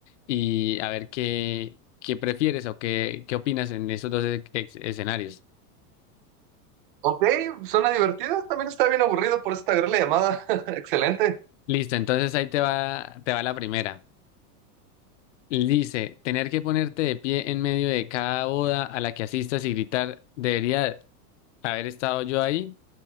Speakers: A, on the left (about 50°); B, on the right (about 35°).
A: Y a ver qué, qué prefieres o qué, qué opinas en esos dos e- ex- escenarios.
B: Ok, suena divertido, también está bien aburrido, por esta gran la llamada. <laughs> Excelente.
A: Listo, entonces ahí te va, te va la primera. Lice, tener que ponerte de pie en medio de cada boda a la que asistas y gritar, ¿debería haber estado yo ahí?